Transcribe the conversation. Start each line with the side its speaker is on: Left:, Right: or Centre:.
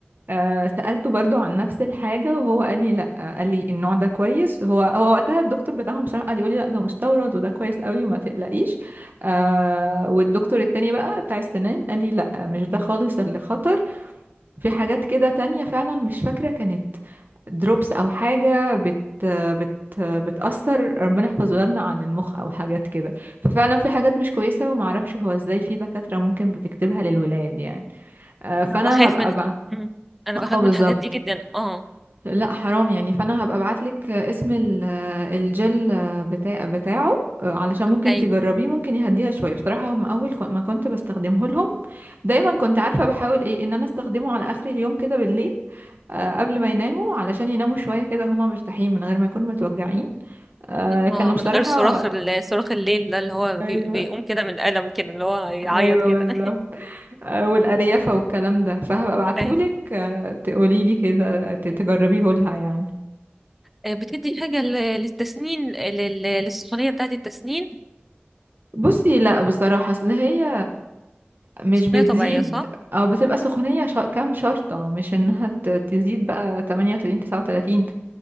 Right: آه سألته برضو عن نفس الحاجة وهو قال لي لا آه، قال لي النوع ده كويس هو هو وقتها الدكتور بتاعهم بصراحة قال يقول لي لا ده مستورد وده كويس قوي وما تقلقيش آه والدكتور التاني بقى بتاع السنان قال لي لا مش ده خالص اللي خطر في حاجات كده تانية فعلا مش فاكرة كانت دروبس او حاجة بت بت بتأثر ربنا يحفظ ولادنا عن المخ او حاجات كده ففعلا في حاجات مش كويسة ومعرفش هو ازاي في دكاترة ممكن بتكتبها للولاد يعني آه فانا
Centre: أنا بخاف
Right: هبقى
Centre: من
Right: بقى
Centre: <laughs> مم. أنا بخاف
Right: اه بالظبط
Centre: من الحاجات دي جدا اه
Right: لا حرام يعني فانا هبقى ابعتلك اسم ال- الجل بتاع بتاعه علشان ممكن
Centre: أيوه
Right: تجربيه ممكن يهديها شويه بصراحه هم اول كو- ما كنت بستخدمه لهم دايما كنت عارفه بحاول ايه ان انا استخدمه على اخر اليوم كده بالليل آه، قبل ما يناموا علشان يناموا شويه كده هما مرتاحين من غير ما يكونوا متوجعين آه، كانوا
Centre: اه
Right: بصراحه
Centre: من غير صراخ ال- صراخ الليل ده اللي هو
Right: ايوه
Centre: بي- بيقوم كده من الألم كده اللي هو يعيط
Right: ايوه
Centre: كده
Right: بالظبط
Centre: <laughs>
Right: آه، والاريافه والكلام ده فهبقى ابعتهولك
Centre: أيوه
Right: آه، تقوليلي كده ت- تجربيه لها يعني
Centre: آه، بتدي حاجة لل- للتسنين لل- للسخونية بتاعة التسنين
Right: بصي لا بصراحة اصل هي مش
Centre: سخونية
Right: بتزيد
Centre: طبيعية صح؟
Right: او بتبقى سخونية شا... كام شرطة مش انها ت- تزيد بقى 38 39